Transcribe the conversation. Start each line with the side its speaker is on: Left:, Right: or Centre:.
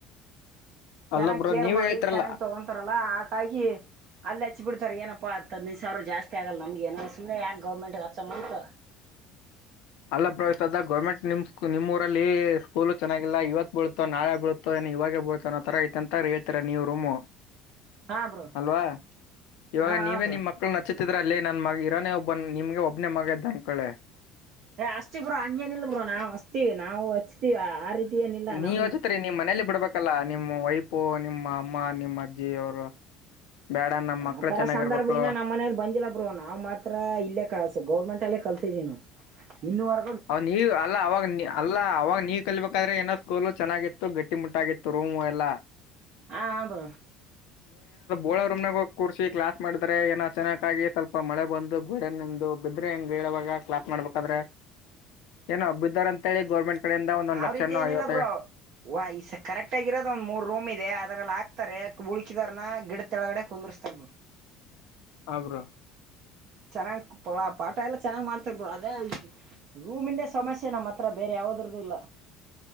Right: ಚೆನ್ನಾಗ್
Left: ಅಲ್ಲ ಬ್ರೋ
Right: ಕೇರ್
Left: ನೀವೇ
Right: ಮಾಡಿ
Left: ಹೇಳ್ತಿರಲ್ಲ
Right: ಚೆನ್ನಾಗ್ ತಗೊಂತಾರಲ್ಲ ಆಟಾಗಿ ಅಲ್ಲಿ ಹಚ್ಚಿ ಬಿಡ್ತಾರೆ ಏನಪ್ಪ ಹದಿನೈದುಾವಿರ ಜಸ್ ಆಗಲ್ಲ ನಮಗೆ ಏನ ಸುಮ್ಮನೆ ಯಾಕ ಗೌರ್ಮಂಟ್ಗೆ ಹಚ್ಚೋ ಅಂತ
Left: ಅಲ್ಲ ಪ್ರವೇಶ್ತದ ಗರ್ಮೆಂಟ್ಮ್ ನಿಮ್ಮ ಊರಲ್ಲಿ ಸ್ಕೂಲ್ ಚೆನ್ನಾಗಿಲ್ಲ ಇವತ್ ಬೀಳತ ನಳೆ ಬೀಳುತ್ತೋ ಏ ಇವ ಬೋತ ಆ ತರ ಆಐತೆ ಅಂತ ಹೇಳ್ತಾರೆ ನೀವುೂಮ್
Right: ಹಾ ಬ್ರೋ
Left: ಅಲ್ವಾ ಇವಾಗ
Right: ಹಾ
Left: ನೀವೇ
Right: ಹಾ ಬ್ರೋ
Left: ನಿಮ್ ಮಕ್ಕಳ ನಚ್ಚ ಹತಿದ್ರ ಅಲ್ಲಿೇ ನನ್ ಮಗ ಇರೋನೇ ಒಬ್ಬ ನಿಮ್ಗೆ ಒಬ್ನೇ ಮಗ ಇದ್ದ ಅಂಕೊಳ್ಳೆ
Right: ಏ ಅಸ್ತಿೀ ಬ್ರೋ ಹಂಗೇನ ಇಲ್ ಬೋ ನಾ್ ಅಚ್ತೀವಿ ನಾವು ಹಚ್ತತಿವಿ ಆ ರೀತಿ ಏನಿಲ್ಲ
Left: ನೀವ್
Right: ನಮ್
Left: ಅಚತ್ರಿ ನೀ್ ಮನೇಲಿ ಬಿಡ್ಬೇಕಲ್ಲ ನಿಮ್ಮ ವೈಪು ನಿಮ್ಮ ಅಮ್ಮ ನಿಮ್ಮ ಅಜ್ಜಿ ಅವರು ಬೇಡ ನಮ್ ಮಕ್ಳು
Right: ಆತರ
Left: ಚೆನ್ನಾಗಿರ್ಬೇಕು
Right: ಸಂದರ್ಭ ಇನ್ನ ನಮ್ಮ ಮನೇಲಿ ಬಂದಿಲ್ಲ ಬ್ರೋ ನಾ್ ಮಾತ್ರ ಇಲ್ಲೇ ಕಲ್ಸು ಗೌರ್ಮೆಂಟ್ ಅಲ್ಲೇ ಕಲ್ಸ ಸನು ಇನ್ನು ಮರ
Left: ಅವ ನೀ ಅಲ್ಲ ಅವಾಗ ಅಲ್ಲ ಅವಾಗ ನೀವ ಕಲ್ಬೇಕಾದ್ರೆ ಏನಕೋಲು ಚೆನ್ನಾಗಿತ್ತು ಗಟ್ಟಿ ಮುಟ್ಟಾಗಿತ್ತು ರೂಮ ಎಲ್ಲ
Right: ಹಾ ಅ್ರು
Left: ಓಳ ರೂಮ್ನಾಗ ಹೋಗಿ ಕೂರ್ಿ ಕ್ಲಾಸ್ ಮಾಡಿದ್ರೆ ಏನೋ ಚೆನ್ನಾಗಿ ಸ್ವಲ್ಪ ಮಳೆ ಬಂದು ಗೋಡ ನಿಂದು ಬಿದ್ರೆ ಹೆಂಗಗೆ ಾಗ ಕ್ಲಾಸ್ ಮಾಡ್ಬೇಕಾದ್ರೆ ಏನೋ ಹಬ್ಬ ಇದಾರ ಅಂತಿ ಗೌರ್ಮೆಂಟ್ ಕಡೆಯಿಂದ ಒಂದೊಂದ್
Right: ಆಾವ್
Left: ಲಕ್ಷನೋ
Right: ರೀತಿ ಏನಿಲ್ಲ
Left: ಐವತ್ತ
Right: ಬ್ರೋ ವ ಈಸ ಕರೆಕ್ಟ್ ಆಗಿರೋದ ಒಂದ್ ಮೂರ್ ರೂಮ್ ಇದೆ ಅದ್ರಲ್ಲ ಹಾತಾರೆ ಉಳ್ಕಿದಾರನ ಗಿಡ ತಳಗಡೆ ಕುಂದರ್ಸ್ತಾರ
Left: ಆ್ರ
Right: ಚೆನ್ನ ಪೊಲಾ ಪಾಟ್ ಎಲ್ಲ ಚೆನ್ನಾಗಿ ಮಾಡ್ತಿರ್ಬ ಅದೇ ರೂಮಿಂದೇ ಸಮಸ್ಯೆ ನಮ್ಮ್ ಹತ್ರ ಬೇರೆ ಯಾವದ್ರದ್ದು ಇಲ್ಲ